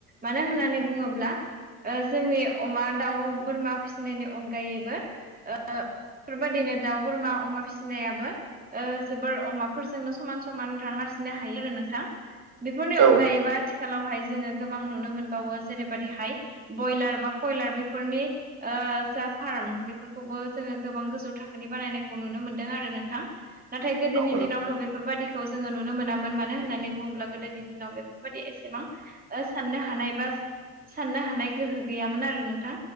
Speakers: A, on the right; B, on the right.
A: मानो होननानै बुङोब्ला जोंनि अमा दाउ बोरमा फिसिनायनि अनगा अगायैबो बेफोरबायदिनो दाउ बोरमा अमा फिसिनायाबो जोबोर अमाफोरजोंनो समान समान रां आरजिनो हायो आरो नोंथां। बेफोरनि
B: औ
A: अनगायैबो
B: नंगौ
A: आथिखालावहाय जोङो गोबां नुनो मोनबावो जेरैबायदि बयलार बा कयलार बेफोरनि ओ फार्म बेफोरखौबो जोङो गोबां गोजौ थाखोनि बानायनायखौ नुनो मोनदों आरो नोंथां। नाथाय गोदोनि
B: औ
A: दिनावथ' बे बेफोरबायदिखौ जोङो नुनो मोनामोन मानो होननानै बुङोब्ला गोदोनि दिनाव बेफोरबायदि एसेबां साननो हानाय बा साननो हानाय गोहो गैयामोन आरो नोंथां।